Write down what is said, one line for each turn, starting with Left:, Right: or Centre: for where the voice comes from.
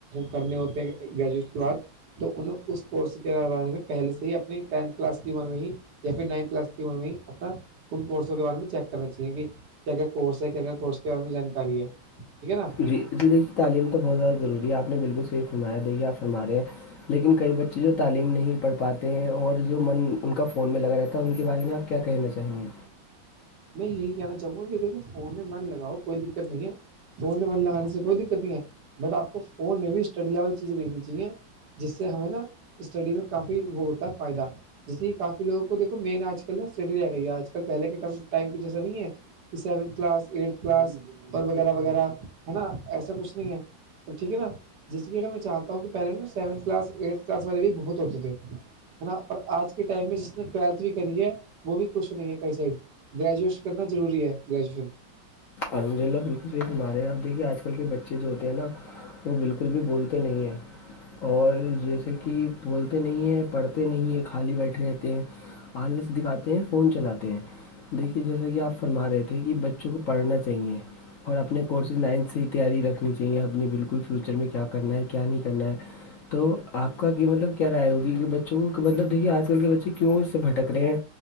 Right: کرنے ہوتے ہیں گریجویٹ کے بعد تو انہیں اس کورس کےے میں پہلے سے ہی اپنی ٹینتھ کلاس کی عمر میں ہی یا پھر نائنتھ کلاس کی عمر میں ہی اپنا ان کورسوں کے بارے میں چیک کرنا چاہیے کہ کیا کیا کورس ہے کیا کیا کورس کے بارے میں جانکاری ہے ٹھیک ہے نا
Left: لے کی تعلیم تو بہت زیادہ ضوری ہے آپ نے بالکل صحی فرمایا دیکھی آپ فرماے ہیں لیکن کئی بچے جو تعلیم نہیں پڑھ پاتے ہیں اور جو من ان کا فون میں لگا رہتا ہے ان کے بارے میں آپ کیا کہیننا چاہیے
Right: میں یہی کہنا چاہوں گا کہ دیکھو فون ہے من لگاؤ کوئی دقت نہیں ہے فون میں منے لگانے سے کوئی دقت نہیں ہے بٹ آپ کو فون میں بھی اسٹڈی لیول چیزیں دیکھنی چاہیے جس سے ہمیں نا اسٹڈی میں کافی وہ ہوتا ہے فائدہ جیسے کہ کافیوگوں کو دیکھو مین آج کل نا اسٹڈی رہ گئی ہے آج کل پہلے کے ٹائم کی جیسا نہیں ہے سیونتھ کلاس ایٹتھ کلاس اور وغیرہ وغیرہ ہے نا ایسا کچھ نہیں ہے توب ٹھیک ہے نا جس کی اگر میں چاہتا ہوں کہ پہلے نا سیونتھ کلاس ایٹتھ کلاس والے بھی بہت ہوتے تھے ہے نا پر آج کے ٹائم میں جس نے ٹویلتھ بھی کری ہے وہ بھی کچھ نہیں ہے کئی سائڈ گریجویشن کرنا ضروری ہے گریجویشن
Left: انجل بالکل صی گمارے ہیں آپ دیکھیے آج کل کے بچے جو ہوتے ہیں نا وہ بالکل بھی بولتے نہیں ہیں اور جیسے کہ بولتے نہیں ہیں پڑھتے نہیں ہیں خالی بیٹھے رہتے ہیں پارلرس دکھاتے ہیں فون چلاتے ہیں دیکھیے جیسا کہ آپ فرما رہے تھے کہ بچوں کو پڑھنا چاہیے اور اپنے کورسز نائنتھ سے تیاری رکھنی چاہیے اپنی بالکل فیوچر میں کیا کرنا ہے کیا نہیں کرنا ہے تو آپ کا کہ مطلب کیا رائے ہوگی کہ ب بچوں مطلب دیکھیے آج کل کے بچے کیوں اس سے بھٹک رہے ہیں